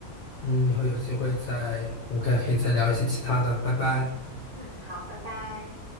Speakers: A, on the left; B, on the right.
A: 嗯，以后有机会再，我们可以再聊一些其他的，拜拜。
B: 嗯，好，拜拜。